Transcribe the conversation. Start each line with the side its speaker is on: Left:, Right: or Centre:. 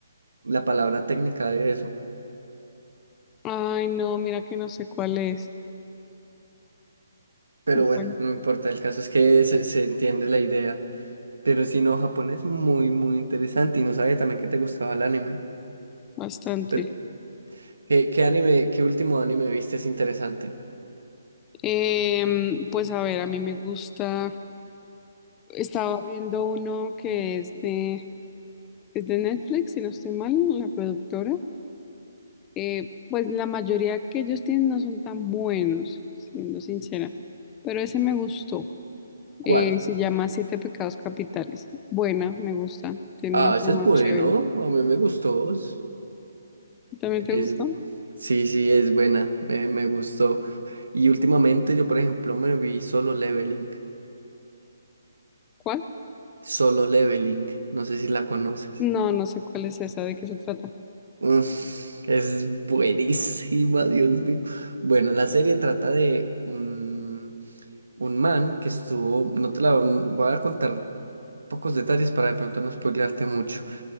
Right: la palabra técnica de eso,
Left: Ay, no, mira que no sé cuál es.
Right: pero
Left: Compañero,
Right: bueno, no importa, el caso es que se se entiende la idea. Pero si no, Japón es muy, muy interesante y no sabía también que te gustaba el anime.
Left: Bastante.
Right: Pe- ¿Qué, qué anime, qué último anime viste es interesante?
Left: Em, pues a ver, a mí me gusta. Estaba viendo uno que es de, es de Netflix, si no estoy mal, la productora. Eh, pues la mayoría que ellos tienen no son tan buenos, siendo sincera. Pero ese me gustó.
Right: ¿Cuál?
Left: Eh, se llama Siete Pecados Capitales. Buena, me gusta. Tiene
Right: Ah,
Left: una trama
Right: ese es bueno,
Left: chévere.
Right: a mí me gustó. Es,
Left: ¿También te
Right: es-
Left: gustó?
Right: sí, sí, es buena, me, me gustó. Y últimamente yo, por ejemplo, me vi Solo Leveling.
Left: ¿Cuál?
Right: Solo Leveling, no sé si la conoces.
Left: No, no sé cuál es esa, de qué se trata.
Right: Uf, es buenísima, Dios mío. Bueno, la serie trata de un un man que estuvo, no te la voy a contar pocos detalles para de pronto no spoilearte mucho,